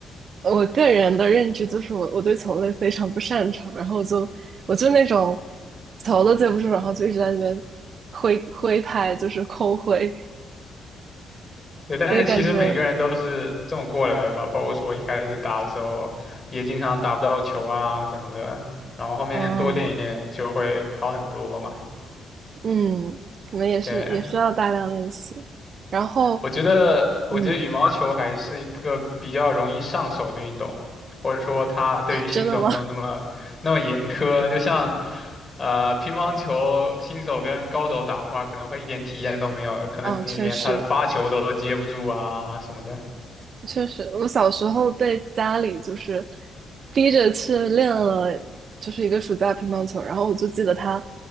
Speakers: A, on the right; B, on the left.
A: 我个人的认知就是我我对球类非常不擅长，然后我就我就那种球都接不住，然后就一直在那边挥挥拍，就是空挥，
B: 对，但是其实每个人都是这么过来的吧，
A: 所以感觉
B: 包括说我一开始打的时候，也经常打不到球啊什么的，然后后面多练一练就会好很多嘛。
A: 嗯。嗯，可能也是也需要大量练习。
B: 对，
A: 然后，
B: 我觉得，我觉得羽毛球还是一个比较容易上手的运动，
A: 嗯
B: 或者说它对于新手没有那么那么严苛，
A: 啊，真的吗？
B: 就像呃乒乓球新手跟高手打的话，可能会一点体验都没有，
A: <laughs>
B: 可能你连他的发球都接不住啊什么的。
A: 啊，确实确实，我小时候被家里就是逼着去练了，就是一个暑假乒乓球。然后我就记得他